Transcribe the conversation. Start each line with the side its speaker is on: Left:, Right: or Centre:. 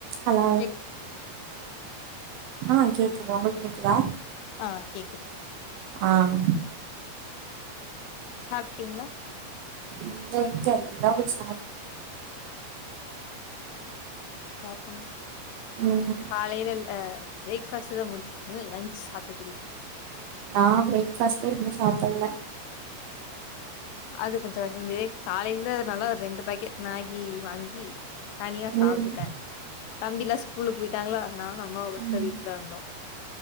Right: Hello.
Left: கேக்
Right: ஆஹ கேக்குது உங்களுக்கு கேக். குதா.
Left: ஆஹ கேக்குது.
Right: ஆஹ.
Left: சாப்ட்டீங்களா.
Right: இல்ல இங்க இனிதா போய் சாப்.
Left: பனு.
Right: ம்
Left: காலையில்ல அஹ. பிரேக்ஃபாஸ்ட்தா முடிச்சுட்டீங்கள லன்ச் சாப்புட்டுங்க.
Right: நா பிரேக்பாஸ்ட்டே இன்னு சாப்புல்ல.
Left: அது கொஞ்சோ கஷ்டம் பிரேக் காலையிலதா நல்லா ரெண்டு பாக்கெட் மேகி வாங்கி. தனியா சாப்ட்டுட்ட.
Right: ம்
Left: தம்பில்லா ஸ்கூலுக்கு போயி. டாங்களா. நா அம்மா மட்டுதா
Right: ம்
Left: வீட்டுல இருந்தோ